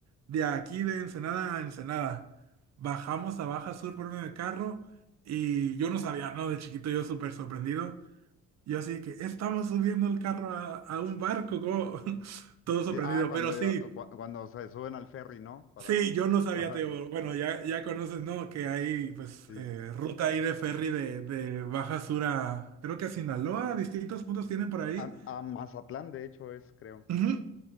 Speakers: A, on the right; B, on the left.
A: de aquí de Ensenada a Ensenada. Bajamos a Baja Sur por medio de carro y yo no sabía, ¿no? De chiquito yo súper sorprendido. Yo así que estamos subiendo el carro a, a un barco, como <laughs> todo sorprendido,
B: Sí, ah, cuando,
A: pero sí,
B: cu- cuando se suben al ferry, ¿no? Para,
A: sí, yo no sabía,
B: ajá,
A: Teo, bueno, ya, ya conoces, ¿no? Que hay pues
B: sí.
A: eh, ruta ahí de ferry de, de Baja Sur a, creo que a Sinaloa, distintos puntos tienen por ahí.
B: A, a Mazatlán, de hecho, es, creo.
A: Ujú.